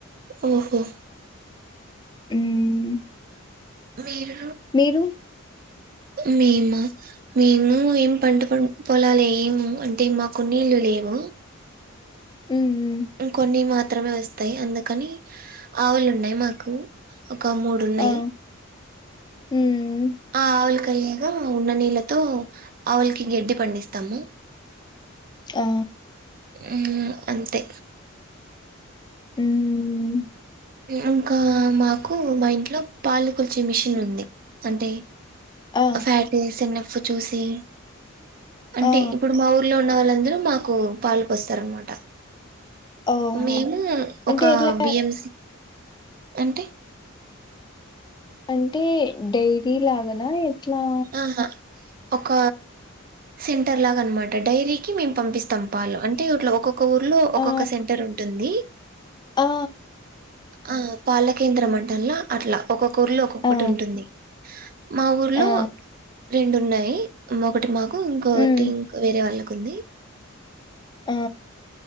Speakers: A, on the right; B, on the left.
A: ఓహో
B: మ్మ్
A: మీరు
B: మీరు
A: మేమా మేము ఏం పంట ప పొలాల ఏము అంటే మాకు నీళ్లు లేవు
B: మ్మ్
A: కొన్ని మాత్ర మాత్రమే వస్తాయి అందుకని ఆవులు ఉన్నాయి మాకు ఒక మూడు ఉన్నాయి
B: ఆ మ్మ్
A: ఆ కయగా ఉన్న నీళ్ళతో ఆవులకి గడ్డి పండిస్తాము
B: ఆ
A: ఆ అంతే
B: మ్మ్
A: ఇంకా మాకు మా ఇంట్లో పాలుకొల్చే మిషిన్ ఉంది అంటే
B: ఆ
A: ఫ్యాట్ ఎస్న్ఫ్ ఫ్ చూసి అంటే
B: ఆ
A: ఇప్పుడు మా ఊర్లో ఉన్న వాళ్ళందరూ మాకు పాలు పోస్తారు అన్నమాట
B: ఆ ఓహో
A: మేము ఒక
B: అంటే ఎట్లా
A: బిఎంసి అంటే
B: అంటే డెయిరీ లాగాన ఎట్లా
A: ఆహా ఒక సెంటర్ లాగా అనమాట డైరీకి మేము పంపిస్తం పాలు అంటే ఇట్లో ఒక్కొక్క ఊర్లో ఒక్కొక్క
B: ఆ
A: సెంటర్ ఉంటుంది
B: ఆ
A: ఆ పాల కేంద్రం అంటన్ల అట్లా ఒక్కొక్కఊరిలో ఒక్కొక్కటి
B: ఆ
A: ఉంటుంది మా ఊరు లో
B: ఆ
A: రెండు ఉన్నాయి ఒకటి మా ఇంకొకటి
B: మ్మ్
A: ఇంకో వేరే వాళ్ళకి ఉంది
B: ఆ